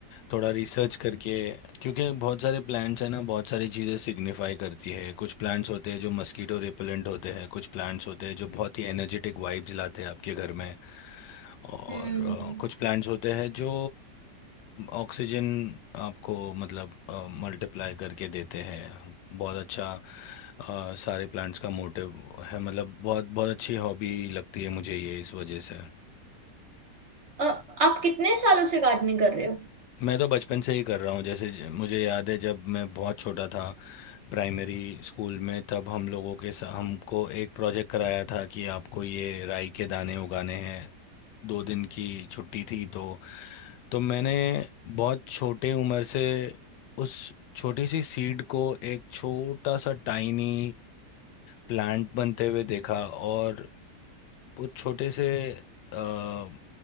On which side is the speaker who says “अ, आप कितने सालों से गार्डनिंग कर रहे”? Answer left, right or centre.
Right